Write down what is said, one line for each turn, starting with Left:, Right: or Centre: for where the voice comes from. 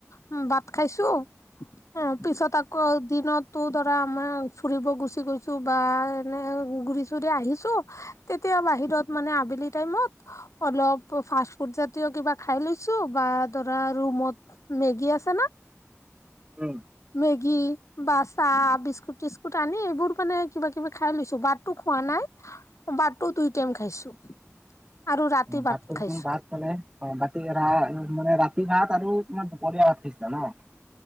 Left: উম বাঁত খাইছো অ পিছত
Right: উম
Left: আকৌ দিনত তো ধৰা আমাৰ ফুৰিব গুচি গৈছো বা এনে ঘুৰি-চুৰি আহিছো তেতিয়া বাহিৰত মানে আবেলি টাইমত অলপ ফাষ্টফুড জাতীয় কিবা খাই লৈ ছু বা ধৰা ৰুমত মেগী আছে না'
Right: উম
Left: মেগী বা চাহ, বিস্কুট-টিস্কুট আনি এইবোৰ মানে কিবা-কিবি খাই লৈছো বাট টো খোৱা নাই, বাটো দুই টাইম খাইছো। আৰু ৰাতি
Right: <unintelligible>
Left: ভাত
Right: মানে,
Left: খাইছো
Right: অ' ৰাতি ভাত আৰু তোমাৰ দুপৰীয়া ভাত খাইছিলা ন?